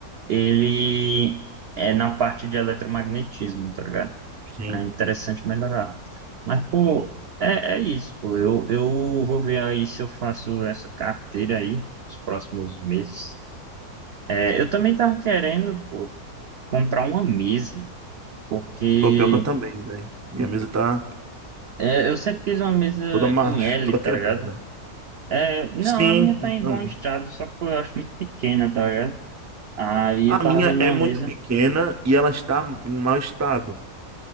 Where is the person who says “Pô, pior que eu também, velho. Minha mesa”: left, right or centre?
Right